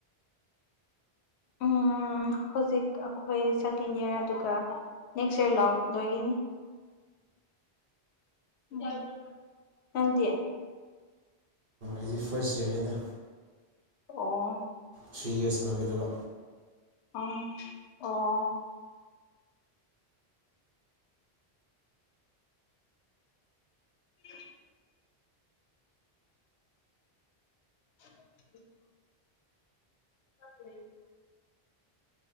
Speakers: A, on the left; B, on the right.
A: ꯎꯝ ꯍꯧꯖꯤꯛ ꯑꯩꯈꯣꯏ ꯁꯦꯀꯦꯟ ꯏꯌꯥꯔ ꯑꯗꯨꯒ ꯅꯦꯛꯁ ꯏꯌꯥꯔ ꯂꯣꯏꯒꯤꯅꯤ <unintelligible> ꯅꯪꯗꯤ
B: ꯏꯗꯤ ꯐꯔꯁ ꯌꯥꯔꯅꯤꯗ
A: ꯑꯣ
B: ꯊ꯭ꯔꯤ ꯌꯔꯁ ꯂꯧꯒꯗꯕ
A: ꯑꯥ ꯑꯣ <unintelligible> ꯎ <unintelligible> ꯎ <unintelligible>